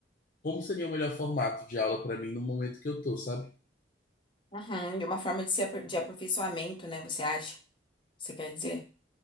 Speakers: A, on the left; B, on the left.
A: como seria o melhor formato de aula para mim no momento que eu tô, sabe?
B: Uhum, de uma forma de, se apr- de aperfeiçoamento, né, você acha? Você quer dizer?